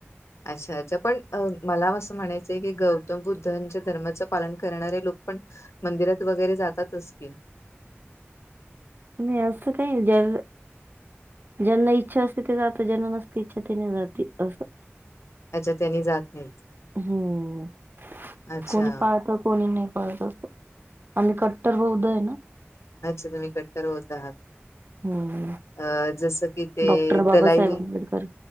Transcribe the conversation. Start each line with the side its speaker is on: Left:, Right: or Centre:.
Left: अच्छा अच्छा पण मला असं म्हणायचंय की गौतम बुद्धांच्या धर्माचं पालन करणारे लोक पण. मंदिरात वगैरे जातातच की.
Right: नाही असं काही ज्या ज्यांना इच्छा असते ते जात ज्यांना नसते इच्छा त्यां नाही जाते असं
Left: त्याच्या तेनी जात नाहीत.
Right: हम्म
Left: अच्छा.
Right: कोणी पाळत कोणी नाही पाळत. आणि कट्टर बौद्ध आहे ना.
Left: अच्छा तु कट्टर होत हात.
Right: हम्म
Left: अं जसं की ते
Right: डॉक्टर बाबासाहेब
Left: दलाईल.
Right: आंबेडकर